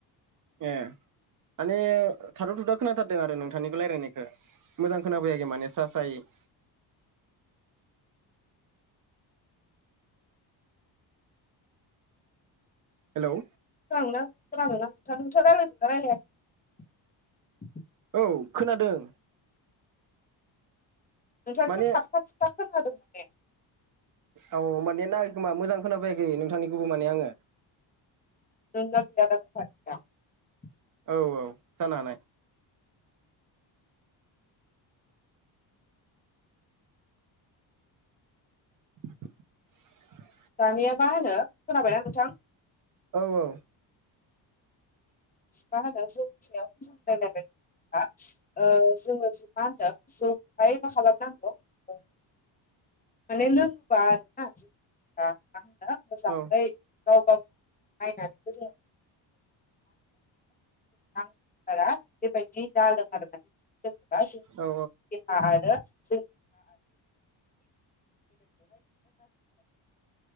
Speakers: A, on the right (about 45°); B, on the left (about 20°).
A: ए माने थाथ' थुदा खोनाथारदों आरो नोंथांनिखौ रायलायनायखौ मोजां खोनााफैयाखै माने स्रा स्रायै <inaudible> हेलौ
B: <unintelligible>
A: औ खोनादों
B: नोंंथांनिखौ
A: माने
B: थाफथा थुबथा खोनादों माने
A: औ औ ‌होमबा नेथ नांगाखै खोमा मोजां खोना फैयाखै नोंथांनिखौ आंगो
B: <unintelligible>
A: औ औ जानानै <inaudible>
B: दानिया मा होनो खोनाबायना नोंथां?
A: औ औ।
B: मा होनो <unintelligible> हा ओ जोङो मा होनदों जौखौहाय मा खालामनांगौ? माने लोंङोबा आरोना <unintelligible> मोजाङै
A: औ
B: गाव गाव नायनानैबो जों <unintelligible> <unintelligible> बेबायदि दालों आरो <unintelligible> जेब्ला
A: औ
B: आरो <unintelligible> <unintelligible>